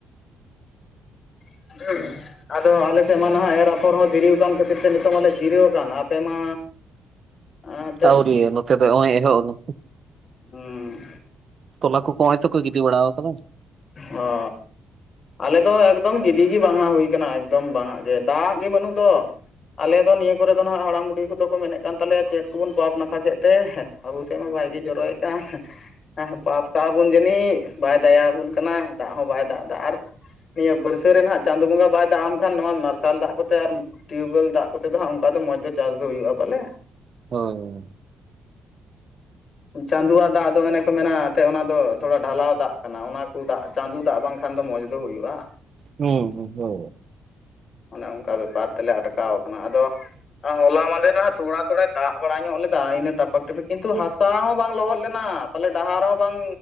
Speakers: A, on the left; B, on the right.
A: <unintelligible> ᱟᱫᱚ ᱟᱞᱮ ᱥᱮᱫ ᱢᱟ ᱱᱟᱦᱟᱜ ᱮᱨ ᱟᱯᱷᱚᱨ ᱦᱚᱸ ᱫᱮᱨᱤᱠᱟᱱ ᱠᱷᱟᱹᱛᱤᱨ ᱛᱮ ᱱᱤᱛᱚᱜ ᱢᱟᱞᱮ ᱡᱤᱨᱟᱹᱣ ᱟᱠᱟᱱ ᱟᱯᱮ ᱢᱟ ᱮᱱᱛᱮᱫ
B: ᱟᱹᱣᱨᱤ ᱱᱚᱛᱮ ᱫᱚ ᱱᱚᱜᱚᱭ ᱮᱦᱚᱵ ᱱᱟ
A: ᱦᱩᱸ
B: ᱛᱚᱞᱟ ᱠᱚᱠᱚ ᱚᱭ ᱛᱚᱠᱚ ᱜᱤ ᱛᱤ ᱵᱟᱲᱟᱣ ᱠᱟᱫᱟ
A: ᱦᱚ ᱟᱞᱮ ᱫᱚ ᱮᱠᱫᱚᱢ ᱜᱤᱰᱤ ᱜᱤ ᱵᱟᱝᱟ ᱦᱩᱭ ᱠᱟᱱᱟ ᱮᱠᱫᱚᱢ ᱵᱟᱝᱟᱜ ᱜᱮ ᱫᱟᱜ ᱜᱮ ᱵᱟᱹᱱᱩᱜ ᱫᱚ, ᱟᱞᱮ ᱫᱚ ᱱᱤᱭᱟᱹ ᱠᱚᱨᱮ ᱫᱚ ᱱᱦᱟᱜ ᱦᱟᱲᱟᱢ ᱵᱩᱲᱦᱤ ᱠᱚᱫᱚ ᱠᱚ ᱢᱮᱱᱮᱫ ᱠᱟᱱ ᱛᱟᱞᱮᱭᱟ, ᱪᱮᱫ ᱠᱚᱵᱚᱱ ᱯᱟᱯ ᱱᱟᱠᱷᱟ ᱠᱮᱫ ᱛᱮ? ᱟᱵᱚ ᱥᱮᱫ ᱢᱟ ᱵᱟᱭᱜᱮ ᱡᱚᱨᱚᱭᱮᱫ ᱠᱟᱱ ᱦᱮ ᱯᱟᱯ ᱠᱟᱜ-ᱟ ᱵᱚᱱ ᱡᱟᱹᱱᱤᱡ ᱵᱟᱭ ᱫᱟᱭᱟᱵᱚᱱ ᱠᱟᱱᱟ ᱫᱟᱜ ᱦᱚᱸ ᱵᱟᱭ ᱫᱟᱜ ᱫᱟ ᱟᱨ ᱱᱤᱭᱟᱹ ᱵᱟᱹᱨᱥᱟᱹ ᱨᱮ ᱱᱦᱟᱜ ᱪᱟᱸᱫᱳ ᱵᱚᱸᱜᱟ ᱵᱟᱭ ᱫᱟᱜ ᱟᱢ ᱠᱷᱟᱱ ᱱᱚᱣᱟ ᱢᱟᱨᱥᱟᱞ ᱫᱟᱜ ᱠᱚᱛᱮ ᱟᱨ ᱴᱤᱭᱩᱵᱚᱭᱮᱞ ᱫᱟᱜ ᱠᱚᱛᱮ ᱫᱚ ᱦᱟᱜ ᱚᱝᱠᱟ ᱫᱚ ᱢᱚᱸᱡᱽ ᱫᱚ ᱪᱟᱥ ᱫᱚ ᱦᱩᱭᱩᱜ-ᱟ ᱯᱟᱞᱮ᱾
B: ᱳ
A: ᱪᱟᱸᱫᱳᱣᱟᱜ ᱫᱟᱜ ᱫᱚ ᱚᱱᱮ ᱠᱚ ᱢᱮᱱᱟ ᱮᱱᱛᱮ ᱚᱱᱟ ᱫᱚ ᱛᱷᱚᱲᱟ ᱰᱷᱟᱞᱟᱣ ᱫᱟᱜ ᱠᱟᱱᱟ ᱚᱱᱟ ᱠᱚ ᱫᱟᱜ ᱪᱟᱸᱫᱳ ᱫᱟᱜ ᱵᱟᱝᱠᱷᱟᱱ ᱫᱚ ᱢᱚᱡᱽ ᱫᱚ ᱦᱩᱭᱩᱜ-ᱟ?
B: ᱦᱩᱸ ᱦᱩᱸ ᱦᱳ
A: ᱚᱱᱮ ᱚᱝᱠᱟ ᱵᱮᱯᱟᱨ ᱛᱮᱞᱮ ᱟᱴᱠᱟᱣ ᱠᱟᱱᱟ ᱟᱫᱚ ᱦᱚᱞᱟ ᱢᱟᱫᱷᱮᱨ ᱱᱦᱟᱜ ᱛᱷᱚᱲᱟ ᱛᱷᱚᱲᱟᱭ ᱫᱟᱜ ᱵᱟᱲᱟ ᱧᱚᱜ ᱞᱮᱫᱟ ᱤᱱᱠᱟᱹ ᱴᱟᱯᱟᱠ ᱴᱟᱯᱤᱠ ᱠᱤᱱᱛᱩ ᱦᱟᱥᱟ ᱦᱚᱸ ᱵᱟᱝ ᱞᱚᱦᱚᱫ ᱞᱮᱱᱟ, ᱛᱟᱞᱮ ᱰᱟᱦᱟᱨ ᱦᱚᱸ ᱵᱟᱝ